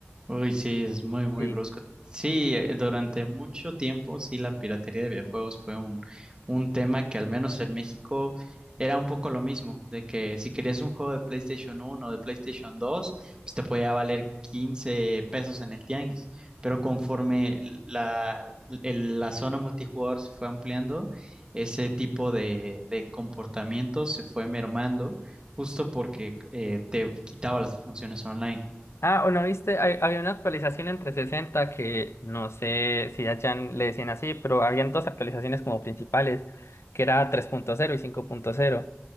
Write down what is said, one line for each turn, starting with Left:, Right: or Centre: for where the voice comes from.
Right: Uy, sí, es muy, muy
Left: Sí.
Right: brusco. Sí, eh, durante mucho tiempo, sí, la piratería de videojuegos fue un, un tema que al menos en México era un poco lo mismo, de que si querías un juego de PlayStation uno o de PlayStation 2 pues te podía valer 15 pesos en el tianguis, pero conforme la, el- la zona multijugador se fue ampliando, ese tipo de, de comportamiento se fue mermando justo porque eh, te quitaba las funciones online.
Left: Ah, o no viste, Hay- había una actualización en 360 que no sé si allá le decían así, pero habían dos actualizaciones como principales, que era tres punto cero y cinco punto cero.